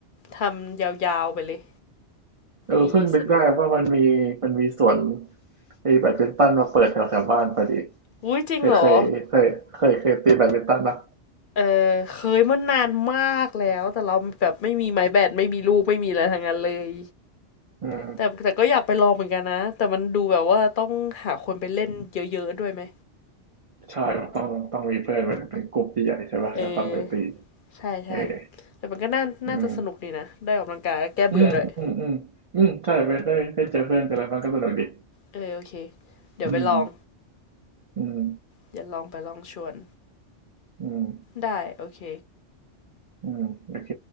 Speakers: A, on the left (about 55°); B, on the right (about 65°).
A: ทำยาวๆไปเลย
B: เออเพิ่งนึกได้ว่ามันมีมันมีสวน
A: ดีสนุก
B: ไอ้แบดมินตันมาเปิดแถวแถวบ้านพอดี
A: อุ้ยจริงเหรอ
B: เคยเคยเคยเคยเคยตีแบดมินตันนะ
A: เออเคยเมื่อนานมากแล้วแต่เราแบบไม่มีไม้แบตไม่มีลูกไม่มีอะไรทั้งนั้นเลย
B: อืม
A: แต่แต่ก็อยากไปลองเหมือนกันนะแต่มันดูแบบว่าต้องหาคนไปเล่นเยอะๆด้วยไหม
B: ใช่ต้องต้องมีเพื่อนเป็นเป็นกลุ่มที่ใหญ่ใช่ป่ะแลต้องไปตี
A: เออใช่ใช่
B: เออ
A: แต่มันก็น่าน่าจะสนุกดีนะได้ออกกำลังกายแล้วแก้เบื่อด้วย
B: อืมอืมอืมอืมอืมใช่ ไปได้ได้เจอเพื่อนเจออะไรบ้างก็สนุกดี
A: เออโอเคเดี๋ยวไปลอง
B: อืมอืม
A: เดี๋ยวลองไปลองชวน
B: อืม
A: ได้โอเค
B: อืมโอเค